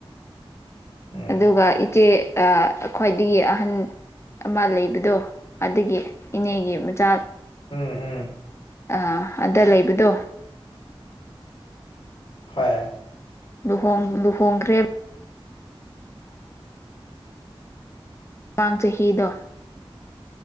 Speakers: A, on the left; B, on the left.
A: ꯎꯝ
B: ꯑꯗꯨꯒ ꯏꯆꯦ ꯑꯥ ꯈ꯭ꯋꯥꯏꯗꯒꯤ ꯑꯍꯟ ꯑꯃ ꯂꯩ ꯗꯣ ꯑꯗꯨꯒꯤ ꯏꯅꯦꯒꯤ ꯃꯆꯥ
A: ꯎꯝ ꯎꯝ
B: ꯑꯥ ꯑꯗ ꯂꯩꯕꯗꯣ
A: ꯍꯣꯏ
B: ꯂꯨꯍꯣꯡ ꯂꯨꯍꯣꯡꯈ꯭ꯔꯦ ꯃꯃꯥꯡ ꯆꯍꯤꯗꯣ